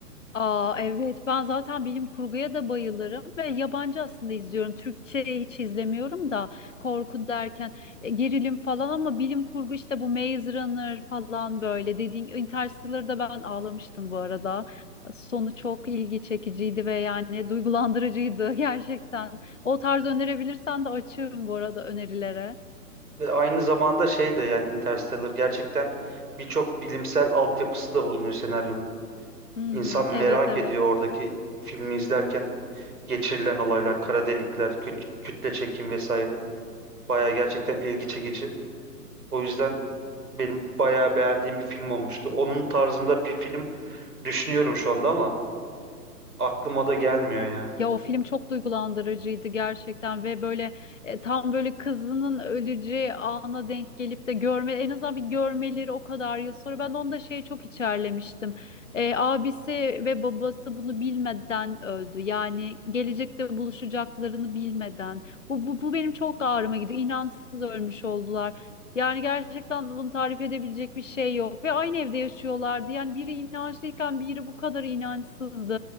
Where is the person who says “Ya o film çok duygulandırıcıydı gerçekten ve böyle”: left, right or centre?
Left